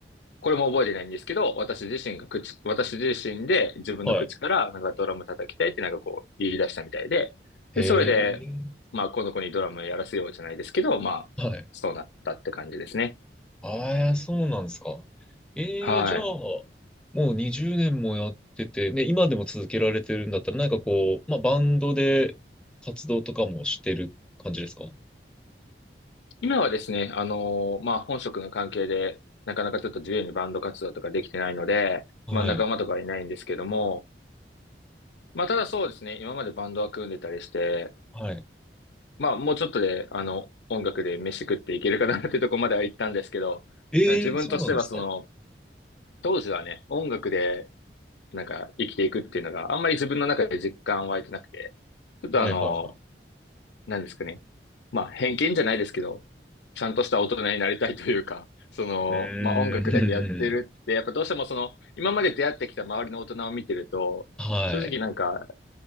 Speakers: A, on the left (about 85°); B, in the centre.
A: これも覚えてないんですけど、私自身が口、私自身で自分の口から、
B: はい。
A: なんかドラム叩きたいってなんかこう言い出したみたいで、
B: へえ。
A: で、それで、まあ、この子にドラムやらせようじゃないですけど、まあ、
B: はい。
A: そうなったって感じですね。
B: ああ、そうなんですか。ええ、
A: はい。
B: じゃあ、もう20年もやってて、ね、今でも続けられてるんだったら、なんかこう、まあ、バンドで活動とかもしてる感じですか
A: 今はですね、あのーまあ、本職の関係で、なかなかちょっと自由にバンド活動とかできてないので、
B: はい。
A: まあ、仲間とかいないんですけども、まあ、ただそうですね、今までバンドは組んでたりして、
B: はい。
A: まあ、もうちょっとで、あの、音楽で飯食っていけるかなっていうところまでは行ったんですけど、
B: ええ、
A: 自分としてはその、
B: そうなんですか。
A: 当時はね、音楽で、なんか生きていくっていうのがあんまり自分の中で実感湧いてなくて、ちょっとあの、
B: はい、はい、は
A: 何ですかね。まあ、偏見じゃないですけど、ちゃんとした大人になりたいというか、その、
B: い。うーん。
A: まあ音楽だけやってるって、やっぱどうしてもその、今まで出会ってきた周りの大人を見てると、
B: <laughs> はい。
A: 正直なんか、